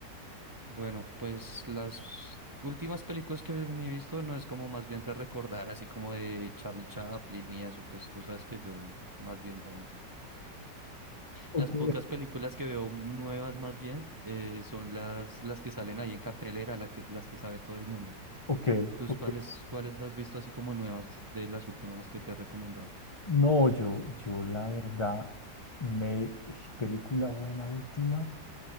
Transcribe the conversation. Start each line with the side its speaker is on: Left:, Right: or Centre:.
Right: Bueno, pues las últimas películas que me he visto no es como más bien de recordar, así como de Charlie Chaplin y eso, pues tú sabes que yo más bien no.
Left: Ok,
Right: Las pocas películas que veo nuevas más bien eh, son las, las que salen ahí en cartelera, la que- las que sabe todo el mundo.
Left: ok,
Right: ¿Tú
Left: ok.
Right: cuáles, cuáles has visto así como nuevas de las últimas que te he recomendado?
Left: No, yo, yo la verdad, me... Película buena última.